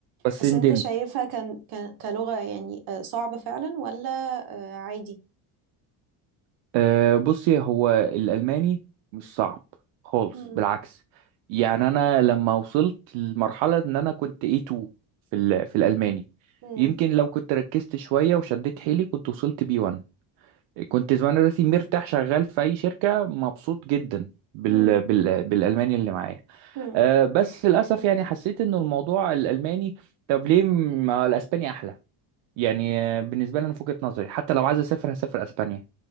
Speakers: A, on the right (about 70°); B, on the right (about 50°).
A: بس
B: بس
A: ندمت
B: انت شايفها كان ك... كلغة يعني آه، صعبة فعلا ولا آه، عادي
A: آه، بصي هو الالماني مش صعب خالص
B: امم
A: بالعكس يعني انا لما وصلت لمرحله ان انا كنت A2 في ال- في الالماني
B: امم
A: يمكن لو كنت ركزت شويه وشديت حيلي كنت وصلت B1 كنت زمان دلوقتي مرتاح شغال في اي شركه مبسوط جدا بال...
B: امم
A: بال... بالالماني اللي معايا
B: امم
A: أه بس للاسف يعني حسيت ان الموضوع الالماني طب ليه ما الاسباني احلى يعني آه، بالنسبه لي انا في وجهه نظري حتى لو عايز اسافر هسافر اسبانيا